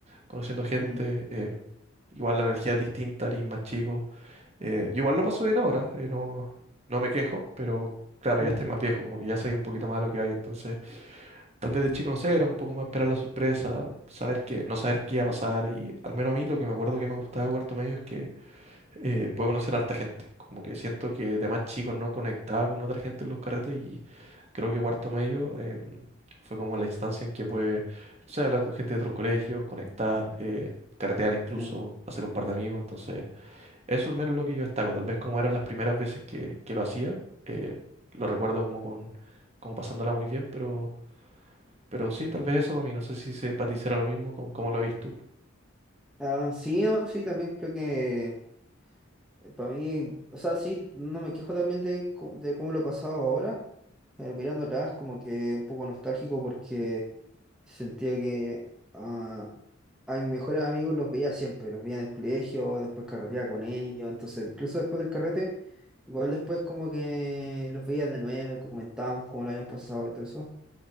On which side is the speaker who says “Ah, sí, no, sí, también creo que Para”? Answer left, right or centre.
Centre